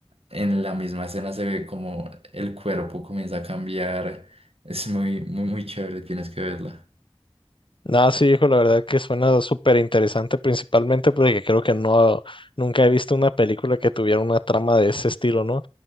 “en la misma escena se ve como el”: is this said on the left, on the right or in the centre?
Right